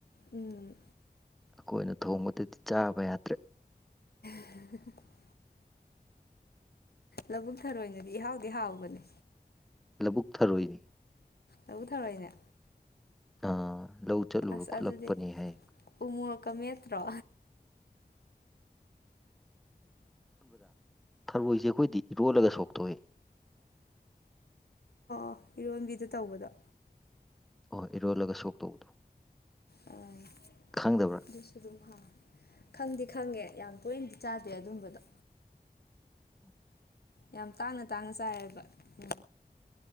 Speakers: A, on the left; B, in the centre.
A: ꯎꯝ
B: ꯑꯩꯈꯣꯏꯅ ꯊꯣꯡꯕꯗꯗꯤ ꯆꯥꯕ ꯌꯥꯗ꯭ꯔꯦ
A: <unintelligible> ꯂꯧꯕꯨꯛ ꯊꯔꯣꯏꯅꯗꯤ ꯏꯍꯥꯎꯗꯤ ꯍꯥꯎꯕꯅꯤ
B: ꯂꯧꯕꯨꯛ ꯊꯔꯣꯏꯅꯤ
A: ꯂꯧꯕꯨꯛ ꯊꯥꯔꯣꯏꯅꯦ
B: ꯑꯥ ꯂꯧ ꯆꯠꯂꯨꯕ
A: ꯑꯁ
B: ꯈꯨꯠꯂꯛꯄꯅꯤ
A: ꯑꯗꯨꯗꯤ
B: ꯍꯥꯏ
A: ꯎ ꯃꯣꯔꯛꯀ ꯃꯠꯇ꯭ꯔꯣ
B: ꯊꯔꯣꯏꯁꯦ ꯑꯩꯈꯣꯏꯗꯤ ꯏꯔꯣꯜꯂꯒ ꯁꯣꯛ ꯇꯧꯋꯦ
A: ꯑꯣ ꯏꯔꯣꯟꯕꯤꯗ ꯇꯧꯕꯗꯣ
B: ꯑꯣꯍꯣꯏ ꯏꯔꯣꯜꯂꯒ ꯁꯣꯛ ꯇꯧꯕꯗꯣ
A: ꯑꯥ
B: ꯈꯪꯗꯕ꯭ꯔꯥ
A: ꯑꯗꯨꯁꯨ ꯑꯗꯨꯝ ꯍꯥꯎ ꯈꯪꯗꯤ ꯈꯪꯉꯦ ꯌꯥꯝ ꯇꯣꯏꯅꯗꯤ ꯆꯥꯗꯦ ꯑꯗꯨꯝꯕꯗꯣ
B: ꯎꯝ
A: ꯌꯥꯝ ꯇꯥꯡꯅ ꯇꯥꯡꯅ ꯆꯥꯏꯌꯦꯕ ꯎ